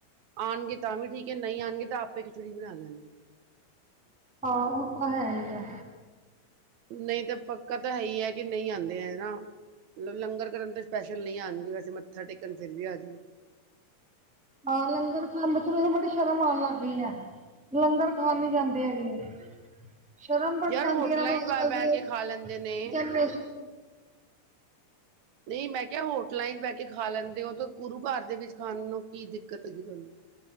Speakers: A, on the right; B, in the centre.
A: ਆਣਗੇ ਤਾਂ ਵੀ ਠੀਕ ਐ ਨਹੀਂ ਆਣਗੇ ਤਾਂ ਆਪੇ ਖਿਚੜੀ ਬਣਾ ਲੈਣਗੇ।
B: ਆਹੋ ਉਹ ਤਾਂ ਹੈ ਹੀ ਆ।
A: ਨਹੀਂ ਤਾਂ ਪੱਕਾ ਤਾਂ ਹੈ ਹੀ ਆ ਕਿ ਨਹੀਂ ਆਂਦੇ ਹਨਾ? ਲ ਲੰਗਰ ਕਰਨ ਤਾਂ ਸਪੈਸ਼ਲ ਨਹੀਂ ਆਣਗੇ ਵੈਸੇ ਮੱਥਾ ਟੇਕਣ ਫਿਰ ਵੀ ਆ ਜਾਣ।
B: ਹਾਂ ਲੰਗਰ ਖਾਣ ਮੈਥੋਂ ਬੜੀ ਸ਼ਰਮ ਆਣ ਲੱਗ ਪਈ ਆ। ਲੰਗਰ ਖਾਣ ਨੀ ਜਾਂਦੇ ਹੈਗੇ। ਸ਼ਰਮ ਬੜੀ
A: ਯਾਰ
B: ਆਂਦੀ
A: ਹੋਟਲਾਂ
B: ਐ ਇਹ ਨੂੰ
A: ਚ
B: ਅੱਜ
A: ਬ
B: ਕੱਲ
A: ਬਹਿ
B: ਦੀ
A: ਕੇ ਖਾ ਲੈਂਦੇ ਨੇ
B: ਜਨਰੇਸ਼ਨ ਨੂੰ।
A: <inaudible> ਨਹੀਂ ਮੈਂ ਕਿਹਾ ਹੋਟਲਾਂ ਚ ਬਹਿ ਕੇ ਖਾ ਲੈਂਦੇ ਹੋ ਤਾਂ ਗੁਰੂ ਘਰ ਦੇ ਵਿੱਚ ਖਾਣ ਨੂੰ ਕੀ ਦਿੱਕਤ ਹੈਗੀ ਤੁਹਾਨੂੰ।